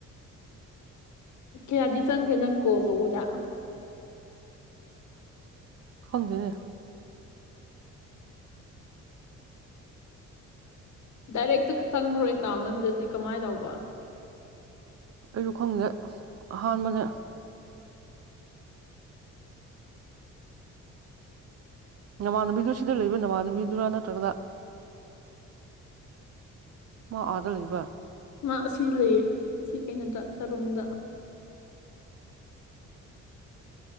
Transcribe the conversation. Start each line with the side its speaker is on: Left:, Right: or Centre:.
Left: ꯀꯌꯥꯗꯤ ꯆꯪꯈ꯭ꯔꯦ ꯅꯪ ꯀꯣ ꯀꯧꯕꯗ
Right: ꯈꯪꯗꯦꯅꯦ
Left: ꯗꯥꯏꯔꯦꯛꯇ ꯆꯪꯕ꯭ꯔꯣꯀꯒꯜꯗꯗꯤ ꯀꯃꯥꯏ ꯇꯧꯕ
Right: ꯑꯩꯁꯨ ꯈꯪꯗꯦ ꯑꯍꯥꯟꯕꯅ ꯅꯃꯥꯟꯅꯕꯤꯗꯨ ꯁꯤꯗ ꯂꯩꯕ ꯅꯃꯥꯟꯅꯕꯤꯗꯨꯔꯥ ꯅꯠꯇ꯭ꯔꯒ ꯃꯥ ꯑꯥꯗ ꯂꯩꯕ꯭ꯔꯥ
Left: ꯃꯥ ꯑꯁꯤ ꯂꯩꯌꯦ ꯁꯤ ꯀꯩꯅꯣꯗ ꯇꯔꯨꯡꯗ